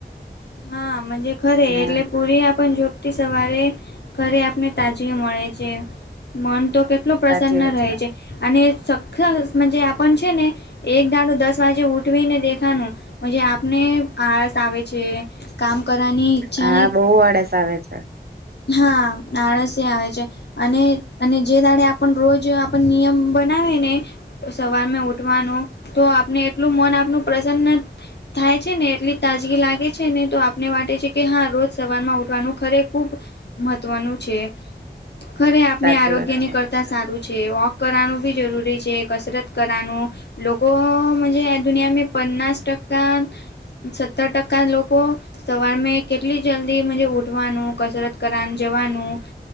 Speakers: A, on the left; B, on the right.
A: હા મંજે ખરે
B: હા.
A: એટલે. પૂરી આપણ જોબથી સવારે ઘરે આપને તાજવી મળે છે મન તો કે. એટલું પ્રસન્ન
B: સાચી વાત
A: રહે છે અને મજે આપણ છે ને એક દાડો દસ. આજે. ઉઠવી ને દેખાનું મજે આપને આળસ આવે છે. કામ કરવાની ઈચ્છાને
B: હા બહુ આળસ આવે છે
A: હા આળસ આવે છે. અને અને જે દાડે આપણ રોજ આપણ નિયમ બનાવે ને. સવાર મા ઉઠવાનું તો આપને એટલું મન આપણું પ્રસન્ન. થાય છે ને એટલી તાજગી લાગે છે ને તો આપને વાટે છે કે હા રોજ સવારમાં ઉઠવાનું ખરે ખૂબ. મહત્વનું છે ખરે આપણે
B: સાચી
A: આરોગ્યની
B: વાત છે.
A: કરતા. સારું છે વોક કરવાનું બી જરૂરી છે કસરત કરવાનું લોકો. જ દુનિયામાં પન્સ ટકા સત્તર ટકા લોકો. સવાર મેં કેટલી જલ્દી ઉઠવાનું કસરત કરવા જવાનું.